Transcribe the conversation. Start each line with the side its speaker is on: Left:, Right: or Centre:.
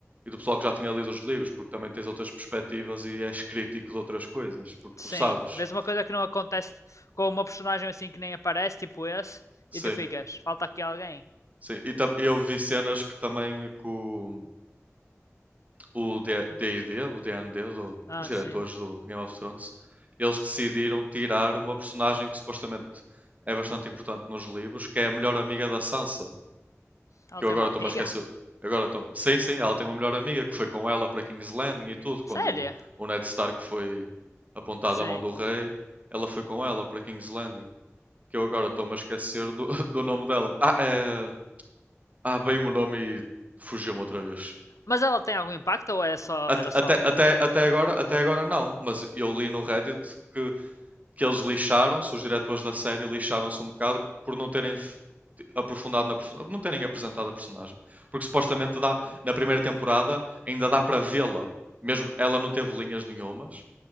Right: e do pessoal que já tinha lido os livros, porque também tens outras perspectivas e és crítico de outras coisas, porque
Left: Sim,
Right: tu sabes.
Left: vês uma coisa que não acontece com uma personagem assim que nem aparece, tipo esse,
Right: Sim.
Left: e tu ficas, falta aqui alguém.
Right: Sim, e tam- eu vi cenas que também que o, o D- D&D, o D and D do-
Left: Ah,
Right: os diretores
Left: sim.
Right: do Game of Thrones, eles decidiram tirar uma personagem que supostamente é bastante importante nos livros, que é a melhor amiga da Sansa,
Left: Ela
Right: que eu
Left: tem
Right: agora
Left: uma
Right: estou-me
Left: amiga?
Right: a esquecer... Agora estou... Sim, sim, ela tem uma melhor amiga que foi com ela para King's Landing e tudo, quando
Left: Sério?
Right: o, o Ned Stark foi apontado
Left: Sim.
Right: à mão do rei, ela foi com ela para King's Landing, que eu agora estou-me a esquecer do, <laughs> do nome dela. Ah, é... Ah, veio-me o nome e fugiu-me outra vez.
Left: Mas ela tem algum impacto ou é só,
Right: At-
Left: era só
Right: Até, até,
Left: homem?
Right: até agora, até agora não, mas eu li no Reddit que, que eles lixaram-se, os diretores da série lixaram-se um bocado por não terem f- aprofundado na personagem, não terem apresentado a personagem. Porque supostamente
Left: Ok.
Right: dá, na primeira temporada ainda dá para vê-la, mesmo ela não teve linhas nenhumas,